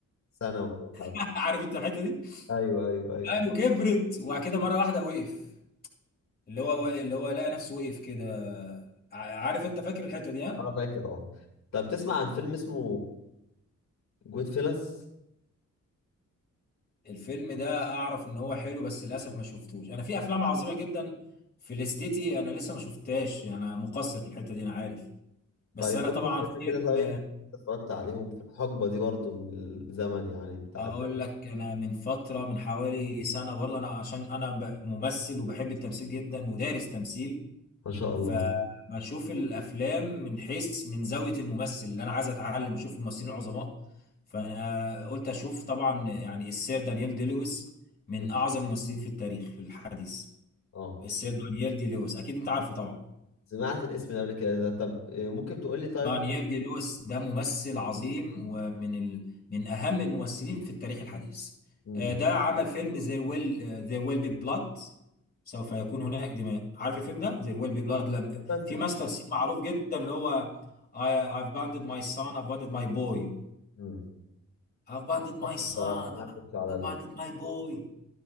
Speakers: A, on the left; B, on the left.
A: سنه ولا حاجه
B: <laughs> عارف انت الحته دي
A: ايوه ايوه ايوه
B: قالوا كبرت وبعد كده مره واحده وقف اللي هو اللي هو لقى نفسه وقف كده ع- عارف انت فاكر الحته دي ها
A: انا فاكر اه طب تسمع عن فيلم اسمه جود فيلز
B: الفيلم ده اعرف ان هو حلو بس للاسف ما شفتوش انا في افلام عظيمه جدا في الاستيتي انا لسه ما شفتهاش انا مقصر في الحته دي انا عارف بس
A: طيب
B: انا
A: قول
B: طبعا
A: لي فيلم
B: فيلم
A: كده طيب أنت اتفرجت عليهم في الحقبه دي برضو من الزمن يعني بتاعت
B: اقول لك انا من فتره من حوالي سنه برضه انا عشان انا ب- ممثل وبحب التمثيل جدا ودارس تمثيل
A: ما شاء
B: فبشوف
A: الله
B: الافلام من حيث من زاويه الممثل اللي انا عايز اتعلم اشوف الممثلين العظماء فانا قلت اشوف طبعا يعني السير دانيال دي لويس من
A: مم.
B: اعظم الممثلين في التاريخ في الحديث
A: اه
B: السير دانيال دي لويس اكيد انت عارفه طبعا
A: سمعت الاسم ده قبل كده ده طب إيه، ممكن تقول لي طيب
B: آه، نيل دي لويس ده ممثل عظيم ومن ال... من اهم الممثلين في التاريخ الحديث
A: مم.
B: آه، ده عمل فيلم There Will آه، There Will Be Blood سوف يكون هناك دماء عارف الفيلم ده There Will Be Blood لم...
A: بس
B: في ماستر سين معروف جدا اللي هو I I've abandoned my son I've abandoned my boy
A: مم.
B: I've abandoned my
A: معرفش
B: son
A: الصراحه ما سمعتش
B: I've
A: على
B: abandoned my boy